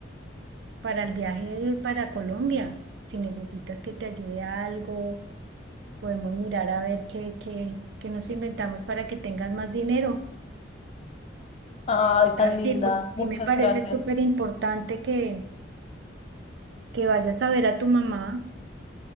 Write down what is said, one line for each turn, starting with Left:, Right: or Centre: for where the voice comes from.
Right: para el viaje para Colombia. Si necesitas que te ayude a algo, podemos mirar a ver qué, qué, qué nos inventamos para que tengas más dinero.
Left: Ay, tan
Right: Así,
Left: linda.
Right: porque a
Left: Muchas
Right: mí me parece
Left: gracias.
Right: súper importante que, que vayas a ver a tu mamá.